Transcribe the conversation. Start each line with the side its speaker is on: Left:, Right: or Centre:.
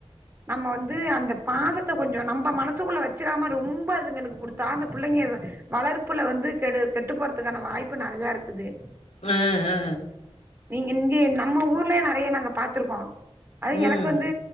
Right: நம்ம வந்து அந்த பாசத்த கொஞ்சோ நம்ப மனசுகுள்ள வச்சிறாம ரொம்ப இதுங்களுக்கு குடுத்தா அந்த புள்ளைங்க இவ வளர்ப்புல வந்து கெடு கெட்டு போறதுக்கான வாய்ப்பு நெறையா இருக்குது
Left: ஆ ஆ
Right: நீங்க இங்கே நம்ம ஊர்லேயே நெறைய நாங்க பாத்துருக்கோ அது
Left: ம்
Right: எனக்கு வந்து